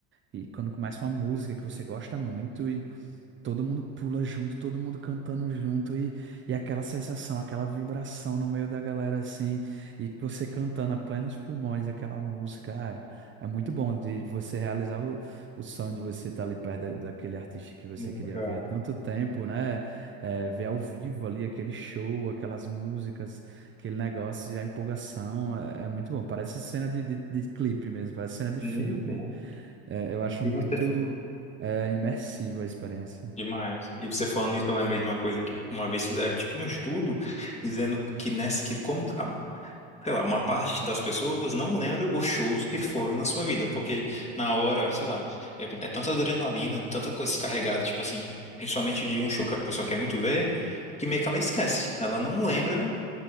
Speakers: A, on the right; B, on the left.
A: e quando começa uma música que você gosta muito e Todo mundo pula junto, todo mundo cantando junto e, e aquela sensação, aquela vibração no meio da galera assim, e você cantando a plenos pulmões aquela música. Ah, é muito bom de você realizar o, o sonho de você estar ali perto da- daquele artista que você
B: Muito
A: queria
B: legal,
A: ver há
B: né?
A: tanto tempo, né? É, ver ao vivo ali aquele show, aquelas músicas, aquele negócio, e a empolgação é, é muito bom. Parece cena de, de, de clipe mesmo, parece cena de filme.
B: Muito, muito.
A: É, eu acho
B: E
A: muito,
B: você
A: é, imersiva a experiência.
B: Demais. E você falando isso, eu lembrei de uma coisa que uma vez fizeram tipo um estudo dizendo que nessa que como a- sei lá, uma parte das pessoas não lembra os shows que foram na sua vida, porque na hora, sei lá, é, é tanta adrenalina, tanta coisa descarregada, tipo assim, principalmente de um show que a pessoa quer muito ver, que meio que ela esquece. Ela não lembra